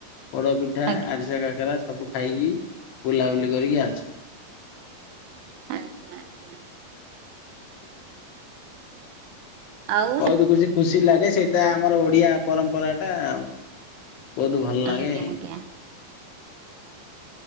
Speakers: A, on the left (about 75°); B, on the right (about 80°).
A: ପୋଡ ପିଠା
B: ଆଜ୍ଞା
A: ଆରିସା କାକରା ସବୁ ଖାଇକି ବୁଲାବୁଲି କରିକି ଆସୁ।
B: ଆଜ୍ଞା ଆଜ୍ଞା। ଆଉ
A: ବହୁତ ଖୁସି ଖୁସି ଲାଗେ ସେ ଏ ଆମର ଓଡିଆ ପରମ୍ପରାଟା ଆଉ। ବହୁତ ଭଲ ଲାଗେ।
B: ଆଜ୍ଞା ଆଜ୍ଞା